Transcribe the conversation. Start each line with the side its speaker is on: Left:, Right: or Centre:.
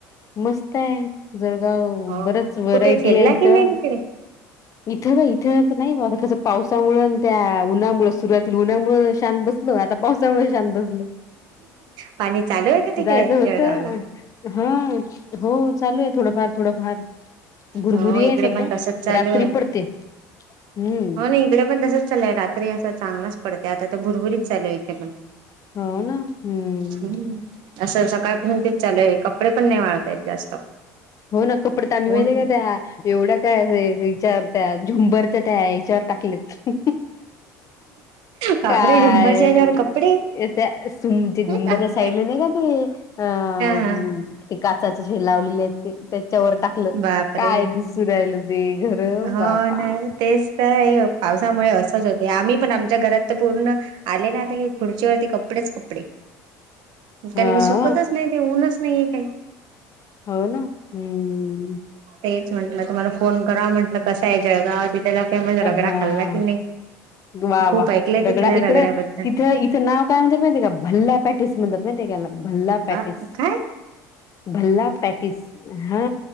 Left: मस्त आहे. जळगाव
Right: हो
Left: बरंच
Right: का
Left: व्हरायटी
Right: कुठे फिरला
Left: आहे इथं.
Right: की नाही तिकडे
Left: इथं नाय, इथं‌ आता कसं <unintelligible> पावसामुळं अन त्या उन्हामुळं सुरुवातीला उन्हामुळं शांत बसलो, आता पावसामुळे शांत बस
Right: पाणी चालू आहे का तिकडे
Left: जायच हो
Right: जळगावला?
Left: त हा हो, चालूय थोडंफार थोडंफा भुरभुरी
Right: हो इकडे
Left: आहे सध्या,
Right: पण तसच चालू
Left: रात्री
Right: आहे.
Left: पडते. हम्म
Right: हो ना, इकडे पण तसंच चाललंय रात्री असा चांगलाच पडतंय, आता तर भुरभुरीच चालू आहे इथे पण.
Left: हो ना हम्म.
Right: हम्म असं सकाळपासून तेच चालू आहे कपडे पण नाही वाळतयत जास्त.
Left: हो ना कपड त आ्ही माहितीे
Right: ऊन
Left: काय त्या एवढा त्या विचार त्या झुंबरच्या त्या याच्यावर टाकलेत.
Right: बापरे
Left: काय
Right: झुंबरच्याजवर कपडे.
Left: त्या झुंबरच्या
Right: हा
Left: साईडला नाही का ते अ
Right: हा
Left: ते काच लावलेले आहेत. त्याच्यावर टाकलं
Right: बापरे.
Left: काय दिसू राहिलं ते घर
Right: हो
Left: बापा.
Right: ना तेच तर पावसामुळे असच होते आम्ही पण आमच्या घरात तर पूर्ण आले ना आता की खुर्चीवरती कप कडेच कपडे
Left: हा
Right: त्याना सुकतच नाही ते ऊनच नाही आहे काही.
Left: हो ना हम्म.
Right: तेच म्हंटलं तुम्हाला फोन करा म्हटलं कसं आहे, जळगाव ति त्याला फेमस रगडा
Left: हा.
Right: खाल्ला की नाही?
Left: वा
Right: खूप
Left: वा
Right: ऐकलंय
Left: रगडा
Right: तिथल्या
Left: इकड
Right: रगड्याबद्दल
Left: तिथं इथं नाव काय म्हणत माहिती का भल्ला पॅटेस म्हणतात माहिती त्याला. भल्ला पॅटिस.
Right: बा काय
Left: भल्ला पॅटीस हा